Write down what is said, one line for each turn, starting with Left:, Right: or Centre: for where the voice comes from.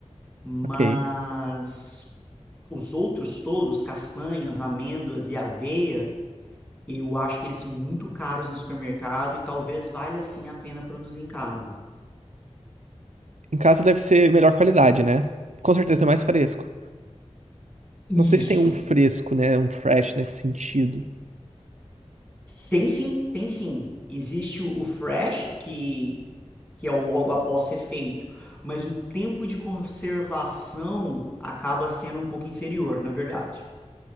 Left: Mas
Right: Ok.
Left: os outros todos, castanhas, amêndoas e aveia, eu acho que eles são muito caros no supermercado e talvez valha sim a pena produzir em casa.
Right: Em casa deve ser melhor qualidade, né? Com certeza é mais fresco.
Left: Isso.
Right: Não sei se tem um fresco, né? Um fresh nesse sentido,
Left: Tem sim, tem sim. Existe o o fresh, que, que é o logo após ser feito, mas o tempo de conservação acaba sendo um pouco inferior, na verdade.